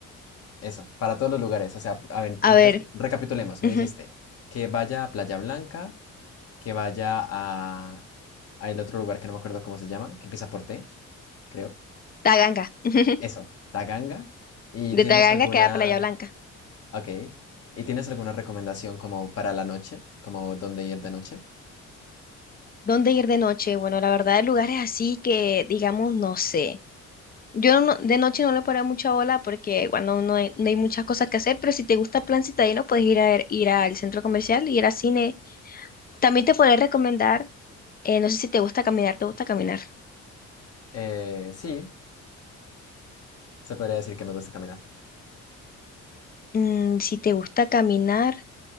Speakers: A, on the left; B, on the left.
A: Eso, para todos los lugares. O sea, a ver,
B: A
A: entonces
B: ver,
A: recapitulemos.
B: ujú,
A: Me dijiste que vaya a Playa Blanca, que vaya a, a el otro lugar que no me acuerdo cómo se llama, que empieza por T, creo.
B: Taganga. <laughs>
A: Eso, Taganga. ¿Y tienes
B: De Taganga
A: alguna,
B: queda Playa Blanca.
A: ok, y tienes alguna recomendación como para la noche, como dónde ir de noche?
B: ¿Dónde ir de noche? Bueno, la verdad, lugares así que, digamos, no sé. Yo no- de noche no le paro mucha bola porque, bueno, no hay, no hay muchas cosas que hacer, pero si te gusta el plan citadino, puedes ir a ver- ir al centro comercial, ir al cine. También te podré recomendar, eh, no sé si te gusta caminar, ¿te gusta caminar?
A: Eh, sí, se podría decir que me gusta caminar.
B: Mm, si te gusta caminar,